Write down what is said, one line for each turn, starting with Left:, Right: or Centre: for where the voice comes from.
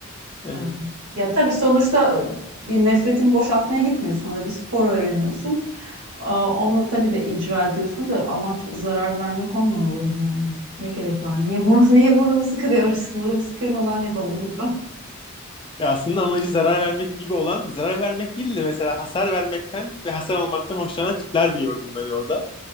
Left: Ee,
Right: Evet. Ya tabii sonuçta e, bir nefretini boşaltmaya gitmiyorsun. Orada bir spor öğreniyorsun. Aa, Onu tabii de icra ediyorsun da amaç zarar vermek olmamalı yani. Ne gerek var? Niye burnu, <laughs> niye burnumuzu kırıyoruz? <laughs> Burnumuzu kırmadan yapalım lütfen.
Left: ya aslında amacı zarar vermek gibi olan, zarar vermek değil de mesela hasar vermekten ve hasar almaktan hoşlanan tipler de gördüm ben orada.